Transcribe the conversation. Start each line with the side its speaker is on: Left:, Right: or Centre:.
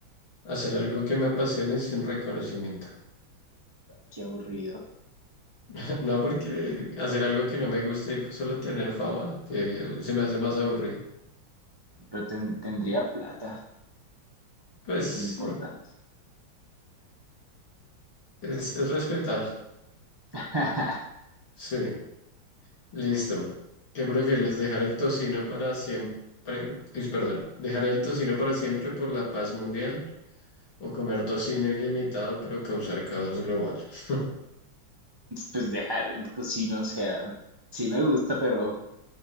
Left: Hacer algo que me apasione sin reconocimiento.
Right: Qué aburrido,
Left: <laughs> No porque hacer algo que no me gusta y solo tener fama, que se me hace más aburrido.
Right: pero ten- tendría plata,
Left: Pues
Right: que es
Left: sí,
Right: lo importante.
Left: es, es respetable.
Right: <laughs>
Left: Sí, listo. ¿Qué prefieres? ¿Dejar el tocino para siempre? Uy, perdón. ¿Dejar el tocino para siempre por la paz mundial O comer tocino ilimitado, pero causar caos global. <laughs>
Right: Pues dejar el cocino, o sea, sí me gusta, pero